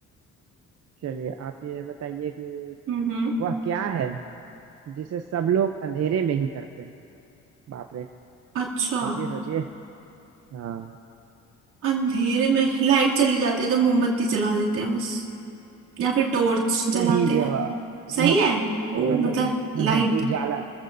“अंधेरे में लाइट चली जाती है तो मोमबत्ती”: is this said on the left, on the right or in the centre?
Right